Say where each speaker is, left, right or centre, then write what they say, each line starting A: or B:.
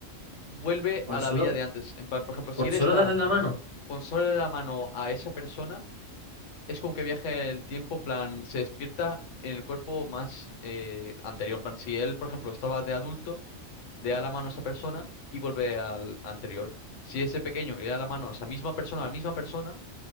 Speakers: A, on the left; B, on the left.
A: vuelve
B: ¿Con
A: a la
B: solo,
A: vida de antes. En plan, por ejemplo, si
B: con
A: él
B: solo
A: está
B: darle la mano?
A: con solo la mano a esa persona, Es como que viaja el tiempo, en plan, se despierta en el cuerpo más eh, anterior. En plan, si él, por ejemplo, estaba de adulto, le da la mano a esa persona y vuelve al anterior. Si ese pequeño le da la mano a esa misma persona, a la misma persona,